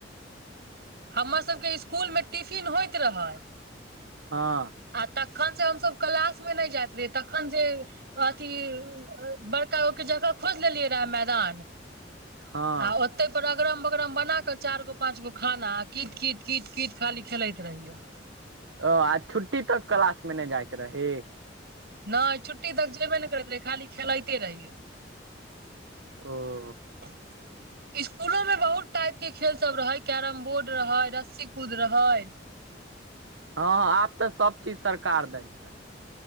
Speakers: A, on the right; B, on the right.
A: हमर सबके इसकुल में टिफिन होइत रऽहै।
B: हँ।
A: आ तखन स हमसब कलास मे नैय जाइत रहियै तखन जे अथी बड़का गोके जगह खोइज लेलियै रहा मैदान
B: हँ
A: आ ओत तै पर अगरम बगरम बना क चार गो पांच गो खाना, आ कीत-कीत-कीत-कीत खाली खेलैत रहियो।
B: ओ आ छुट्टी तक कलास मे नैय जाइत रहीं?
A: नैय छुट्टी तक जेबे नै करैत रहै, खाली खेलैते रहियै।
B: ओ।
A: <inaudible> इसकूलो में बहुत टाइप के खेल सब रहै, कैरम बोर्ड रहै, रस्सी कूद रहै।
B: हँ आब तऽ सब चीज सरकार दै छै।